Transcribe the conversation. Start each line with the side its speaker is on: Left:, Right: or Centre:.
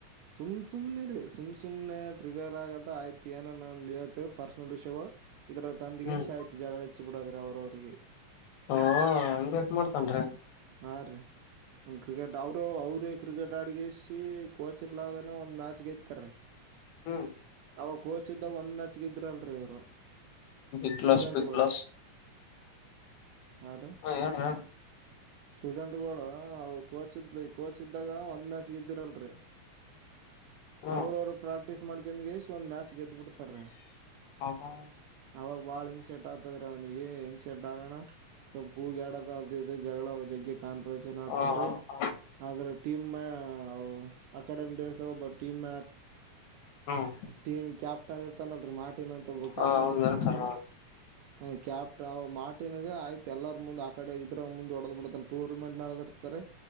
Right: ಸುಮ್ಮ್ ಸುಮ್ಮ್ನೆ ರೀ ಸುಮ್ಮ್ ಸುಮ್ಮನೆ ಟ್ರಿಗರ್ ಆಗದ ಆಯ್ತು ಏನಾನ ಒಂದು ಹೇಳ್ತಿರ್ ಪರ್ಸ್ನಲ್ ವಿಷ್ಯೂಗಳು ಇದರ ತಂದಕೇಶಿ
Left: ಹ್ಮ್
Right: ಆತ ಜಗಳ ಹೆಚ್ಚಿಬಿಡೋದ ಅವ್ರವರಿಗೆ
Left: ಹ ಹಂಗ ಯಾಕ ಮಾಡ್ತನ್ ರೀ
Right: ಆ ರೀ ಒ ಕ್ರಿಕೆಟ್ ಅವರು ಅವ್ರೇ ಕ್ರಿಕೆಟ್ ಅಡಗೇಸಿ ಕೋಚ್ ಇರ್ಲಾದನೆ ಒಂದ್ ಮ್ಯಾಚ್ ಗೆತ್ತಾರಿ
Left: ಹುಂ
Right: ಅವಾಗ ಕೋಚ್ ಇದ್ದಾಗ ಒಂದ್ ಮ್ಯಾಚ್ ಗೆದ್ದಿರಲ್ರಿ ಇವ್ರು
Left: big glass
Right: student
Left: big
Right: goal.
Left: Glass
Right: ಆ ರಿ
Left: ಹಾ ಹೇಳ್ರಿಹೇಳ್ರಿ.
Right: ಸ್ಟೂಡೆಂಟ್ ಗೋಳ ಅ ಕೋಚ್ ಇದ್ ಕೋಚ್ ಇದ್ದಾಗ ಒಂದ್ ಮ್ಯಾಚ್ ಗೆದ್ದಿರಲ್ರಿ <inaudible>
Left: ಹ್ಮ್
Right: ಅವ್ರ ಅವರು ಪ್ರಾಕ್ಟೀಸ್ ಮಾಡ್ಕೊಂಡ್ ಗೇಸಿ ಒಂದ್ ಮ್ಯಾಚ್ ಗೆದ ಬಿಡ್ತಾರೀ.
Left: ಹ್ಮ್
Right: ಅವಾಗ ಬಾಳ್ ಇನ್ ಸೇಟ್ ಆತದ್ರ ಅವ್ನಿಗೆ ಇನ್ ಶಟ್ ಆಗಾಣ ಸ್ವಲ್ಪ್ ಕೂಗ್ಯಾಡ್ಯಾದ ಅದು ಇದು ಜಗಳಾ ಜಗ್ಗೆ ಕಾನ್ ರೋಚನ್ ಆತದ್ರಿ
Left: ಹಾ ಹಾ ಹಾ
Right: ಆದ್ರೆ ಟೀಮ್ ಮ ಅವು ಅಕಾಡೆಮಿಕ್ ಡೇಸ್ ತಗೋಬ ಟೀಮ.
Left: ಹ್ಮ್
Right: ಟೀಮ್ ಕ್ಯಾಪ್ಟನ್ ಇರ್ತಾನಲರಿ ಮಾರ್ಟಿನ್ ಅಂತ ಒಬ್ಬ
Left: ಹ
Right: ಕ್ಯಾಪ್ಟನ್ ಇರ್ತಾನ್ರಿ
Left: ಇರ್ತಾರ
Right: ಹ ಕ್ಯಾಪ್ಟ ಅವ ಮಾರ್ಟಿನ್ ಗೆ ಆಯ್ತ ಎಲ್ಲಾರ ಮುಂದೆ ಅ ಇದ್ರ ಮುಂದ ಹೊಡದ್ ಬಿಡತಾನ್ ಟೂರ್ನಮೆಂಟ್ ನಡದ ಇರ್ತಾರೆ